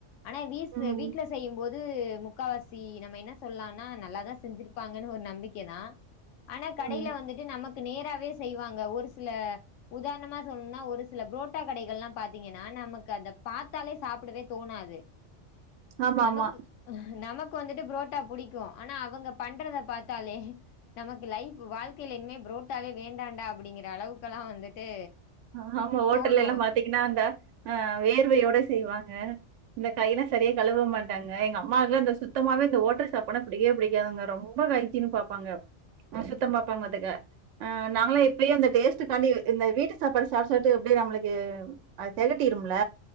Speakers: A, on the left (about 85°); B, on the right (about 80°).
A: ஆனா வீஸ்
B: ம்
A: வீடல செய்யும் போத் முக்காவாசி நம்ம என்ன சொல்லானா நல்லாாதான் செஞ்சிருப்பாங்கன்னு ஒரு நம்பிக்கை கே தான் ஆனா கடைல
B: ம்
A: வந்துட்டு நமக்கு நேராவே செய்வாங்க ஒரு சில உதாரணமா சொல்லணும்னா ஒரு சில புரோட்டா கடைகள் எல்லாம் பாாரத்தீங்கன்னா நமக்கு அத பார்த்தாலே சாப்பிடவே தோணாது
B: ஆமா
A: நமக்கு
B: ஆமா
A: நமக்கு வந்துட்டு புரோட்டா புடிக் இரு ஆனா அவங்க பண்றத பார்த்தாலே நமக்கு லைஃப் வாழ்க்கையில இனிமே ப்ரோட்டாவே வேண்டாண்டா அப்படிங்கிற அளவுக்ககெல்லாம் வந்துட்டு
B: ஹ் ஆமா ஹோட்டல்ல
A: தோணு
B: எல்லாம் பாத்தீங்கன்னா அந்த அஹ் வேர்வையோட செய்வாங்க இந்த கையெல்லாம் சரியா கழுவ மாட்டாங்க எங்க அம்மாவுக்கு அந்த சுத்தமாவே இந்த ஓட்டல் சாப்பாடுனா பிடிக்கவே பிடிக்காதுங்க ரொம்ப ஹசின்னு பாப்பாங்க சுத்தம் பாப்பாங்க நாங்கல்லாம் இப்பவும் அந்த டேஸ்ட் காண்டி இந்த வீட்டு வீட்டு சாப்பாடு சாப்பிட்டு எப்படி நம்மளுக்கு தகட்டிடுமுல்ல